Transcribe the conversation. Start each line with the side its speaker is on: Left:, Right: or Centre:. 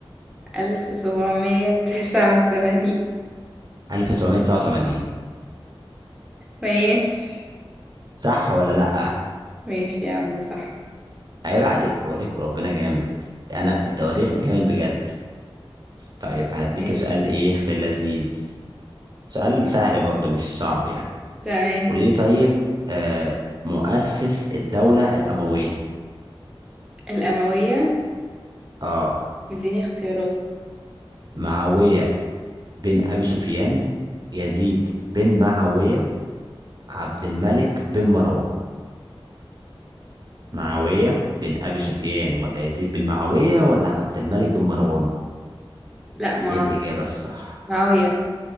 Centre: ألف سبعمية تسعة وتمانين
Right: 1989
Centre: ماشي
Right: صح ولا لا
Centre: ماشي يا عم صح
Right: عيب عليك بقول لك وربنا جامد انا في التواريخ جامد بجد طيب هديك
Centre: ماشي
Right: سؤال ايه في اللذيذ سؤال سهل برضو مش صعب يعني
Centre: تمام
Right: قولي لي طيب آه مؤسس الدوله الامويه
Centre: الأموية
Right: اه
Centre: اديني اختيارات
Right: معاويه بن أبي سفيان يزيد بن معاوية عبد الملك بن مروان معاوية بن أبي سفيان ولا يزيد بن معاوية ولا عبد الملك بن مروان
Centre: لا مع...
Right: إيه الإجابة الصح
Centre: معاوية